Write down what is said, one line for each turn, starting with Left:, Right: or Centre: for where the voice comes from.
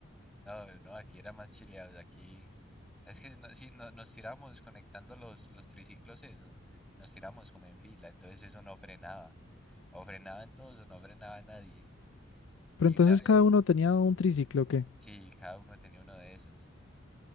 Centre: no, no, aquí era más chileados. Aquí. Es que no, sí, no- nos tiramos conectando los, los triciclos esos. Nos tiramos como en fila. Entonces eso no frenaba. O frenaban todos o no frenaba nadie.
Left: Pero
Centre: Y
Left: entonces
Centre: una
Left: cada
Centre: vez,
Left: uno tenía un triciclo, ¿o ¿qué?
Centre: sí, cada uno tenía uno de esos.